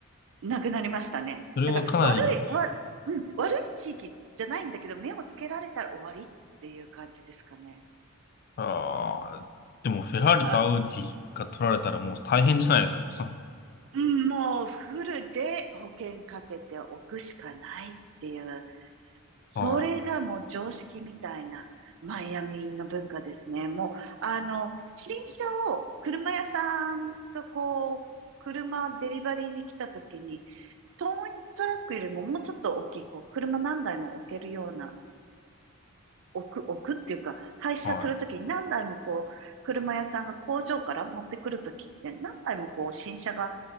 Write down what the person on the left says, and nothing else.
それはかなり、
あーでもフェラーリとアウディが取られたらもう大変じゃないですか。
その、
はい。
はい。